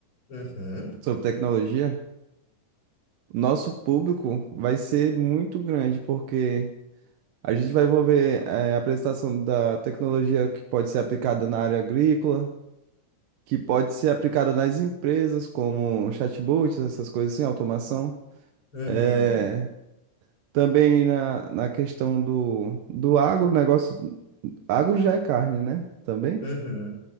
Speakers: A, on the left; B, on the right.
A: Uhum,
B: sobre tecnologia, nosso público vai ser muito grande, porque a gente vai envolver, é, a apresentação da tecnologia que pode ser aplicada na área agrícola, que pode ser aplicada nas empresas, como chatbots, essas coisas assim, automação.
A: uhum,
B: É, também na, na questão do, do agro, negócio. Agro já é carne, né? Também.
A: uhum.